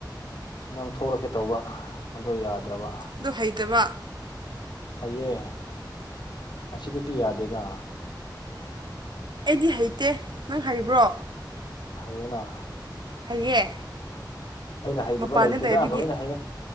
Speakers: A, on the left; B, on the right.
A: ꯉꯥꯡꯊꯣꯔꯛꯀꯦ ꯇꯧꯕ ꯑꯗꯣ ꯌꯥꯗ꯭ꯔꯕ
B: ꯑꯗꯨ ꯍꯩꯇꯕ
A: ꯍꯩꯌꯦ ꯑꯁꯤꯗꯗꯤ ꯌꯥꯗꯦꯗ
B: ꯑꯩꯗꯤ ꯍꯩꯇꯦ ꯅꯪ ꯍꯩꯕ꯭ꯔꯣ
A: ꯍꯩꯌꯦꯅ
B: ꯍꯩꯌꯦ
A: ꯑꯩꯅ ꯍꯩꯗꯕ
B: ꯃꯄꯥꯟꯗ
A: ꯂꯩꯇꯦꯗ
B: ꯂꯩꯕꯒꯤ
A: ꯂꯣꯏꯅ ꯍꯩꯌꯦ